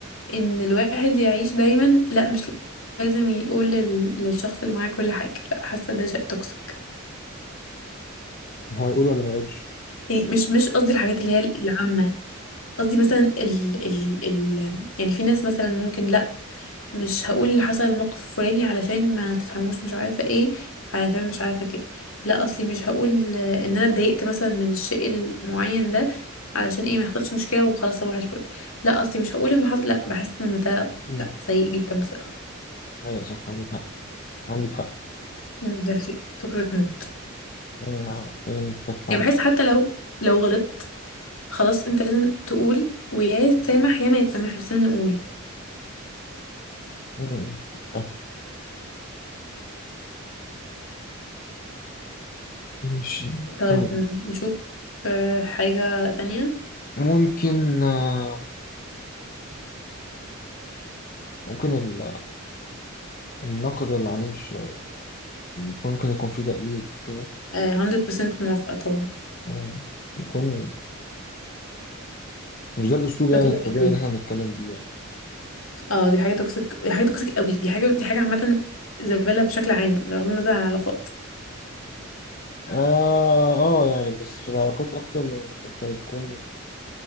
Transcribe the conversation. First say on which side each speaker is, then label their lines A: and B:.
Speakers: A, on the left; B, on the left.
A: إن الواحد يعيش دايما لأ مش لازم يقول لل- للشخص اللي معاه كل حاجة لأ حاسة ده شيء توكسيك
B: هو يقول ولا ما يقولش
A: يعني مش مش قصدي الحاجات اللي هي العامة قصدي مثلا ال ال ال يعني في ناس مثلا ممكن مش هقول اللي حصل الموقف الفلاني علشان ما تفهموش مش عارفه ايه علشان مش عارفه كده لا اصلي مش هقول ان انا اتضايقت مثلا من الشيء المعين ده علشان ايه ما يحصلش مشكله وخلاص صباح الفل لا اصلي مش هقول ان حصل لا بحس ان ده
B: مم.
A: لا سيء جدا بصراحه
B: ايوه صح عندك حق عندك حق
A: مم، ده شيء توكسيك موت
B: مم، آه، محتاجين نتك عليه
A: يعني بحس
B: شويه
A: حتى لو لو غلطت خلاص انت لازم تقول ويا يتسامح يا ما يتسامح بس لازم نقول
B: مم. مم. ماشي
A: طيب
B: طيب
A: مم، نشوف آه، حاجه تانية
B: ممكن آه، ممكن ال- النقد العنيف شوية يكون- ممكن يكون فيه تقليل كده
A: آه، 100% موافقه طبعا
B: آه، يكون مش ده الأسلوب
A: totally
B: يعني الطبيعي
A: agree
B: اللي احنا بنتكلم بيه يعني
A: اه دي حاجة توكسيك دي حاجة توكسيك قوي دي حاجة دي حاجة عامة زبالة بشكل عام بغض النظر عن العلاقات
B: آه آه يعني بس في العلاقات أكتر لأنك أنت بتكون